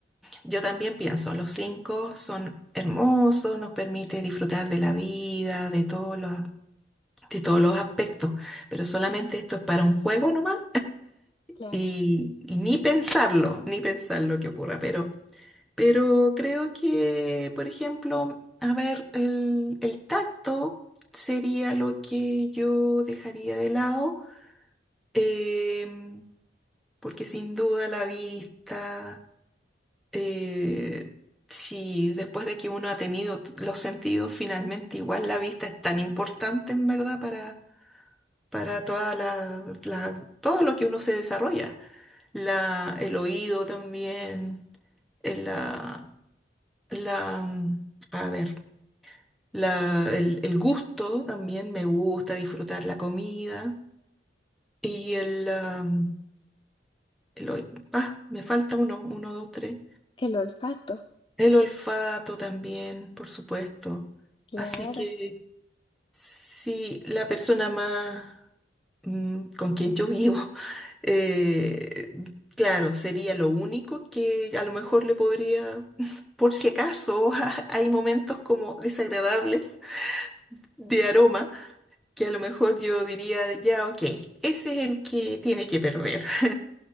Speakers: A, in the centre; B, on the left (about 25°).
A: yo también pienso, los cinco son hermosos, nos permite disfrutar de la vida, de todos los, de todos los aspectos, pero solamente esto es para un juego nomás
B: Claro,
A: y, y ni pensarlo, ni pensar lo que ocurra, pero, pero creo que, por ejemplo, a ver, el, el tacto sería lo que yo dejaría de lado. Em, porque sin duda la vista, eh, si después de que uno ha tenido t- los sentidos, finalmente igual la vista es tan importante en verdad para, para toda la, la- todo lo que uno se desarrolla. La, el oído también, el- la, la, mm, a ver, la, el, el gusto también, me gusta disfrutar la comida y el, ah, mm, el oí- ah, me falta uno, uno, dos, tres.
B: el olfato.
A: El olfato también, por supuesto.
B: Claro,
A: Así que si la persona más mm, con quien yo vivo, <laughs> eh, claro, sería lo único que a lo mejor le podría, <laughs> por si acaso, <laughs> hay momentos como desagradables de aroma, que a lo mejor yo diría, ya, ok, ese es el que tiene que perder. <laughs>